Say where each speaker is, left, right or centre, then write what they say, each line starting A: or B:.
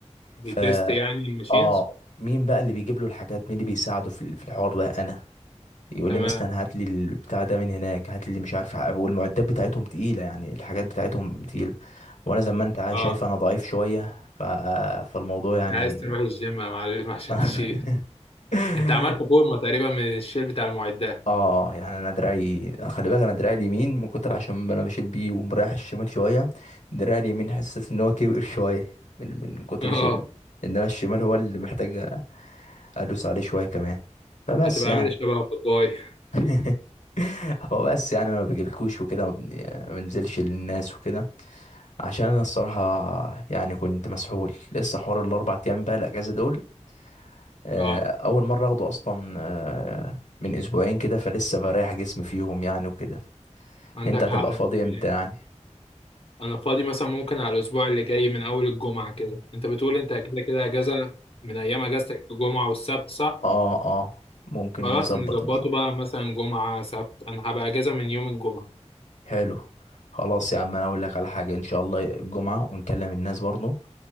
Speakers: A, on the left; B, on the left.
A: بيتست
B: ف
A: يعني الماشينز
B: اه مين بقى اللي بيجيب له الحاجات مين اللي بيساعده في ال- في الحوار ده انا يقول
A: تمام
B: لي مثلا هات لي البتاع ده من هناك هات لي مش عارف ع- والمعدات بتاعتهم تقيله يعني الحاجات بتاعتهم تقيله وانا زي ما انت عا-
A: اه
B: شايف انا ضعيف شويه ف... فالموضوع يعني
A: انت عايز تروح الجيم يا معلم عشان
B: <laughs>
A: تشيل انت عملت فورمة تقريبا من الشيل بتاع المعدات
B: اه آه، يعني انا دراعي خلي بالك انا دراعي اليمين من كتر عشان انا بشيل بيه ومريح الشمال شويه دراعي اليمين حسيت ان هو كبر شويه من من
A: <laughs>
B: كتر
A: اه
B: شيل انما الشمال هو اللي محتاج ادوس عليه شويه كمان فبس
A: هتبقى
B: يعني
A: عامل شبه باباي
B: <laughs> هو بس يعني انا ما بجيلكوش وكده ما بن- ما بنزلش للناس وكده عشان انا الصراحه يعني كنت مسحول لسه حوار الاربع ايام بقى الاجازه دول آه،
A: اه
B: اول مره اخده اصلا آه، من اسبوعين كده فلسه بريح جسمي فيهم يعني وكده
A: عندك
B: انت هتبقى
A: حق انت
B: فاضي
A: بتقول
B: امتى
A: ايه.
B: يعني
A: انا فاضي مثلا ممكن على الاسبوع اللي جاي من اول الجمعه كده انت بتقول انت كده كده اجازه من ايام اجازتك الجمعه والسبت صح
B: اه اه ممكن
A: خلاص
B: نظبط
A: نظبطه
B: ونشوف
A: بقى مثلا جمعه سبت انا هبقى اجازه من يوم الجمعه
B: حلو خلاص يا عم انا اقول لك على حاجه ان شاء الله الجمعه ونكلم الناس برضو